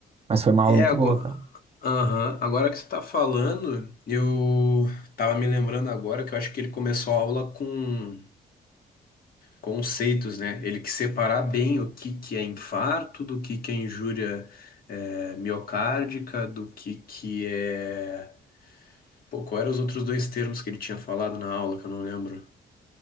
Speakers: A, on the right (about 35°); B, on the left (about 60°).
A: Mas foi uma
B: É
A: aula muito
B: agora.
A: boa, cara.
B: Aham. Agora que você tá falando, eu tava me lembrando agora que eu acho que ele começou a aula com conceitos, né? Ele que separar bem o que que é infarto, do que que é injúria é, miocárdica, do que que é. Pô, qual eram os outros dois termos que ele tinha falado na aula que eu não lembro?